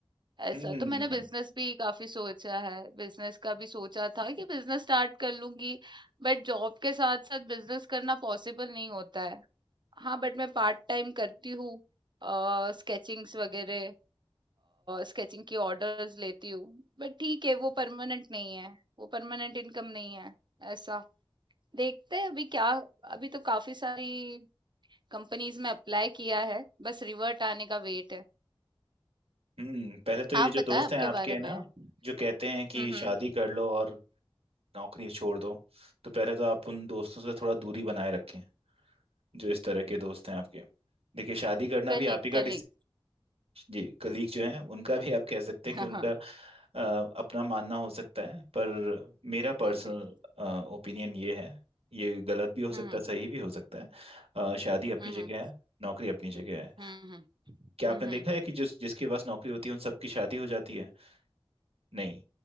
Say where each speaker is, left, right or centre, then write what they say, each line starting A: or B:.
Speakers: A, on the right; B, on the right.
A: ऐसा
B: हम्म
A: तो मैंने बिजनेस भी काफी सोचा है बिजनेस का भी सोचा था कि बिजनेस स्टार्ट कर लूंगी बट जॉब के साथ साथ बिजनेस करना पॉसिबल नहीं होता है हाँ बट मैं पार्ट टाइम करती हूँ स्केचिंग्स वगैरह स्केचिंग की ऑर्डर्स लेती हूँ बट ठीक है वो परमानेंट नहीं है वो परमानेंट इनकम नहीं है ऐसा देखते हैं अभी क्या अभी तो काफी सारी कंपनीज में अप्लाई किया है बस रिवर्ट आने का वेट है
B: हम्म पहले तो
A: आप
B: ये जो
A: बताएं
B: दोस्त
A: आपके
B: हैं आपके
A: बारे
B: है
A: में
B: ना जो कहते हैं कि
A: हम्म
B: शादी
A: हम्म
B: कर लो और नौकरी छोड़ दो तो पहले तो आप उन दोस्तों से थोड़ा दूरी बनाए रखें जो इस तरह के दोस्त हैं आपके देखिए शादी करना
A: Colleague,
B: भी आप ही का
A: colleague
B: जी कलीग जो हैं उनका भी आप कह सकते
A: <laughs>
B: हैं
A: हाँ,
B: कि उनका
A: हाँ।
B: अ, अपना मानना हो सकता है पर मेरा पर्सनल
A: हाँ जी।
B: ओपिनियन ये है ये गलत भी हो
A: हुँ,
B: सकता है सही भी हो सकता है अ, शादी अपनी
A: हुँ,
B: जगह
A: हुँ,
B: है नौकरी अपनी जगह है
A: हुँ, हुँ,
B: क्या
A: हुँ,
B: आपने
A: हुँ।
B: देखा है कि जिस जिसके पास नौकरी होती है उन सबकी शादी हो जाती है नहीं